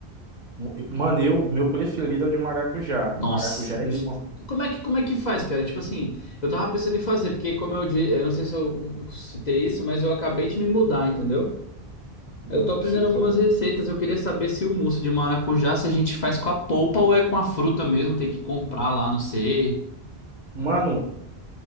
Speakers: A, on the right (about 45°); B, on the left (about 45°).
A: Mo- Mano, eu, o meu preferido é o de maracujá.
B: Nossa,
A: Maracujá
B: gostoso.
A: e limão.
B: Como é que, como é que faz, cara? Tipo assim, eu tava pensando em fazer, porque como eu disse, eu não sei se eu citei isso, mas eu acabei de me mudar, entendeu?
A: Não,
B: Eu tô aprendendo
A: não citou,
B: algumas
A: não.
B: receitas, eu queria saber se o mousse de maracujá, se a gente faz com a polpa ou é com a fruta mesmo, tem que comprar lá, não sei.
A: Mano,